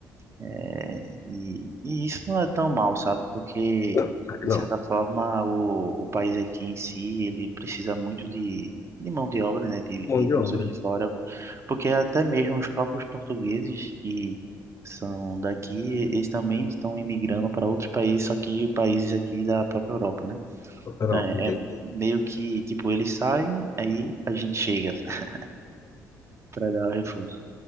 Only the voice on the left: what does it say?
Não,
não,
mão
de
obra.
Europa,
entendi.